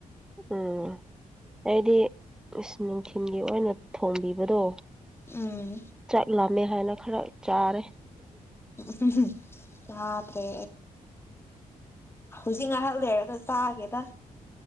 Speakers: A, in the centre; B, on the left (about 15°).
A: ꯎꯝ ꯑꯩꯗꯤ ꯅꯨꯡꯊꯤꯜꯒꯤ ꯑꯣꯏꯅ ꯊꯣꯝꯕꯤꯕꯗꯣ
B: ꯎꯝ
A: ꯆꯠꯂꯝꯃꯦ ꯍꯥꯏꯅ ꯈꯔ ꯆꯥꯔꯦ
B: ꯁꯥꯇꯦ ꯍꯧꯖꯤꯛ ꯉꯥꯏꯍꯥꯛ ꯂꯩꯔꯒ ꯆꯥꯒꯦꯗ